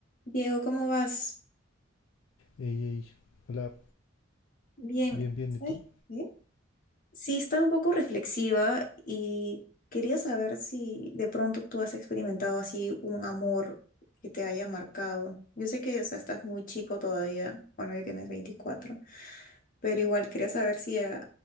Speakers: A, on the left (about 40°); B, on the left (about 65°).
A: Diego, ¿cómo vas?
B: Ey, ey, hola,
A: Bien,
B: bien, bien,
A: ¿sabes
B: ¿y tú?
A: qué? Sí, estaba un poco reflexiva y quería saber si de pronto tú has experimentado así un amor que te haya marcado. Yo sé que, o sea, estás muy chico todavía, bueno, ya tienes 24, pero igual quería saber si a,